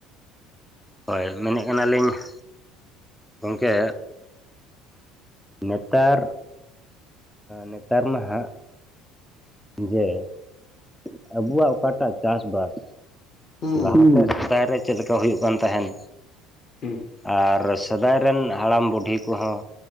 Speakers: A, in the centre; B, on the left.
A: ᱦᱚᱭ ᱢᱮᱱᱮᱜ ᱠᱟᱱᱟᱞᱤᱧ ᱾ ᱜᱚᱝᱠᱮ ᱱᱮᱛᱟᱨ ᱱᱮᱛᱟᱨ ᱢᱟ ᱦᱟᱸᱜ ᱡᱮ ᱟᱵᱚᱣᱟᱜ ᱚᱠᱟᱴᱟᱜ ᱪᱟᱥ ᱵᱟᱥ
B: ᱦᱩᱸ
A: ᱞᱟᱦᱟᱭ ᱨᱮ ᱪᱮᱫ ᱞᱮᱠᱟ ᱦᱩᱭᱩᱜ ᱠᱟᱱ ᱛᱟᱦᱮᱱ
B: ᱦᱩᱸ ᱾
A: ᱟᱨ ᱥᱮᱫᱟᱭ ᱨᱮᱱ ᱦᱟᱲᱟᱢ ᱵᱩᱰᱷᱤ ᱠᱚ ᱦᱚᱸ